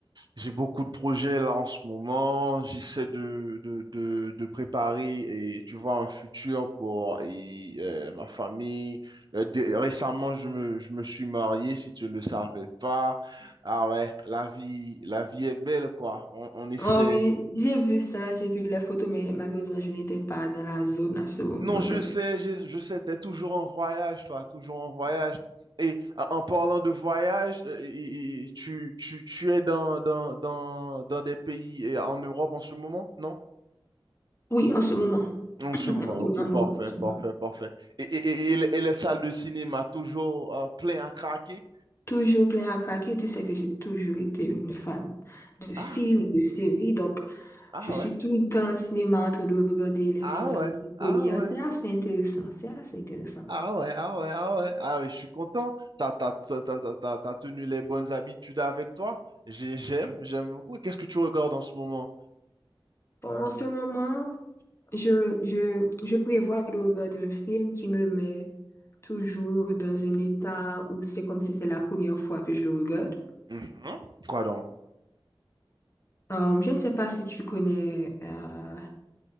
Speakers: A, on the right; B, on the left.
A: j'ai beaucoup de projets là en ce moment. J'essaie de, de, de, de préparer, et, tu vois, un futur pour et, euh, ma famille. Euh, dé- récemment, je me, je me suis marié, si tu ne le savais pas. Ah ouais, la vie, la vie est belle, quoi. On, on essaie,
B: Oh oui, j'ai vu ça, j'ai vu les photos, mais malheureusement, je n'étais pas dans la zone à ce moment.
A: Non, je
B: donc-
A: sais, je, je sais, t'es toujours en voyage, toi, toujours en voyage. Et en en parlant de voyage, euh, et- et tu, tu, tu es dans, dans, dans, dans des pays euh, en Europe en ce moment, non?
B: Oui, en ce moment.
A: En ce
B: Oui,
A: moment, ok,
B: en
A: parfait,
B: ce moment.
A: parfait, parfait. Et, et, et- et les et les salles de cinéma, toujours euh, plein à craquer?
B: Toujours plein à craquer, tu sais que j'ai toujours été une fan de films
A: Ah,
B: et de séries, donc
A: ah
B: je suis
A: ouais,
B: tout le temps au cinéma en train de regarder les
A: ah
B: films en
A: ouais,
B: avant-première.
A: ah ouais,
B: C'est assez intéressant, c'est assez intéressant.
A: ah ouais, ah ouais, ah ouais, ah ouais, je suis content. T'as, t'as, t'as, t'as, t'as- t'as- t'as tenu les bonnes habitudes avec toi. J'ai- J'aime, j'aime beaucoup. Qu'est-ce que tu regardes en ce moment?
B: Bon, en ce moment, Je, je, je prévois le regard d'un film qui me met toujours dans un état où c'est comme si c'est la première fois que je le regarde.
A: Mhm. Quoi donc?
B: Euh, je ne sais pas si tu connais euh,